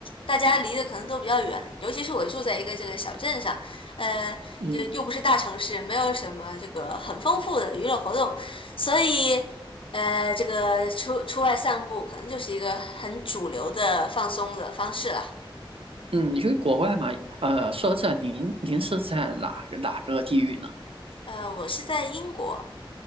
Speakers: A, on the left; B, on the right.
A: 大家离得可能都比较远，尤其是我住在一个这个小镇上，呃，
B: 嗯
A: 就又不是大城市，没有什么这个很丰富的娱乐活动，所以呃，这个出出外散步可能就是一个很主流的放松的方式了。
B: 嗯，因为国外嘛，呃，说到这，您您是在哪哪个地域呢？
A: 呃，我是在英国。